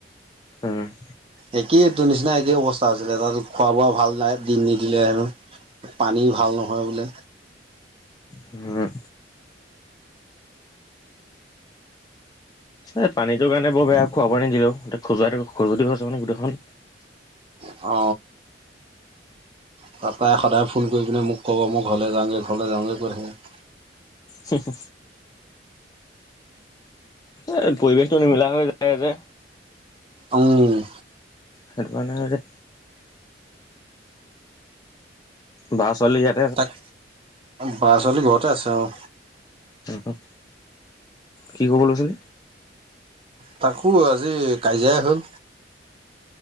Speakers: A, on the left; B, on the right.
A: উম।
B: একেই তোৰ নিচিনা একেই অৱস্থা আছিলে, তাত খোৱা-বোৱা ভাল নাই দিন নিদিলে হেনো। পানী ভাল নহয় বোলে।
A: হম। এই পানীটো কাৰে বৰ বেয়া, খোৱা পানী নিদিলেও খজুৱ খজতি গৈছে মানে গোটেইখন।
B: অ। তৰপা সদায় ফোন কৰি পিনে মোক ক'ব মই ঘৰলৈ যাওঁগৈ, ঘৰলৈ যাওঁগৈ কৈ থাকে।
A: হু হু এ পৰিৱেশটো নিমিলা হৈ যায় যে।
B: উম।
A: সেইটো কাৰণে বা চলি ইয়াত
B: তাক বা ছোৱালী ঘৰতে আছে অ।
A: উ কি ক'ব লৈছিলি?
B: তাকো আজি কাজিয়াই হ'ল,